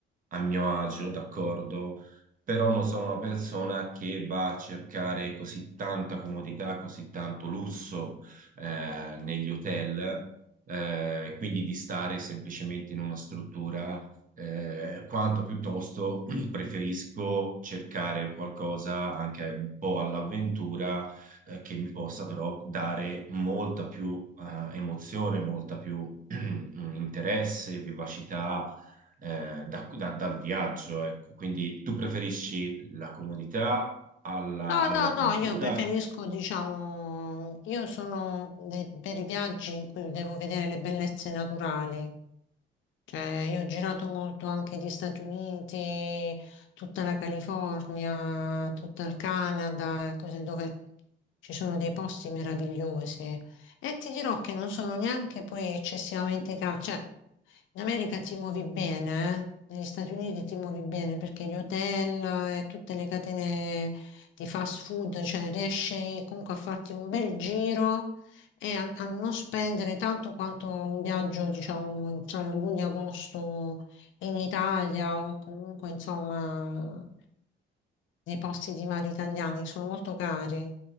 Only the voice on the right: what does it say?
a mio agio, d'accordo, però non sono una persona che va a cercare così tanta comodità, così tanto lusso eh, negli hotel, eh, quindi di stare semplicemente in una struttura eh, quanto piuttosto <clears throat> preferisco cercare qualcosa anche un po' all'avventura, eh, che mi possa però dare molta più, eh, emozione, molta più <clears throat> interesse, vivacità, eh, da- da- dal viaggio, ecco. Quindi tu preferisci la comodità alla-
all'avventura?